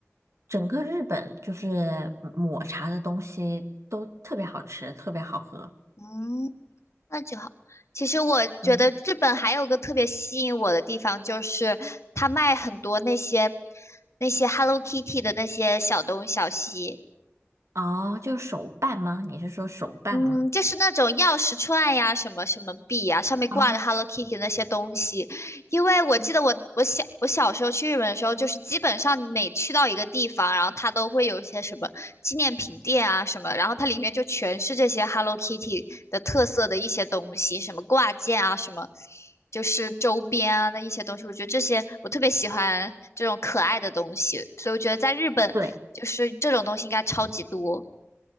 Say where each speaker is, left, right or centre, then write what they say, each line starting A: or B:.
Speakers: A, on the right; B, on the left.
A: 整个日本就是抹茶的东西都特别好吃，特别好喝。
B: 嗯，那就好。其实我觉得日本还有个特别吸引我的地方，
A: 嗯，
B: 就是它卖很多那些那些 Hello Kitty 的那些小东小西，
A: 哦，就是手办吗？你是说手办吗？
B: 嗯，就是那种钥匙串呀，什么什么币呀，上面挂的
A: 啊，
B: Hello Kitty 那些东西。因为我记得我我小我小时候去日本的时候，就是基本上每去到一个地方，然后它都会有一些什么纪念品店啊什么，然后它里面就全是这些 Hello Kitty 的特色的一些东西，什么挂件啊，什么就是周边啊的一些东西。我觉得这些我特别喜欢这种可爱的东西，所以我觉得在日本就是这种东西应该超级多。
A: 对，